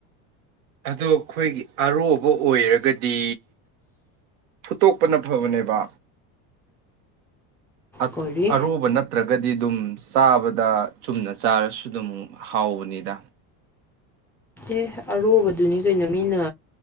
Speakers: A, on the right; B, in the centre.
A: ꯑꯗꯣ ꯑꯩꯈꯣꯏꯒꯤ ꯑꯔꯣꯕ ꯑꯣꯏꯔꯒꯗꯤ ꯐꯨꯠꯇꯣꯛꯄꯅ ꯐꯕꯅꯦꯕ ꯑꯠ
B: ꯀꯣꯔꯤ
A: ꯑꯔꯣꯕ ꯅꯠꯇ꯭ꯔ ꯒꯗꯤ ꯑꯗꯨꯝ ꯆꯥꯕꯗ ꯆꯨꯝꯅ ꯆꯥꯔꯁꯨ ꯑꯗꯨꯝ ꯍꯥꯎꯕꯅꯤꯗ
B: ꯑꯦ ꯑꯔꯣꯕꯗꯨꯅꯤ ꯀꯩꯅꯣ ꯃꯤꯅ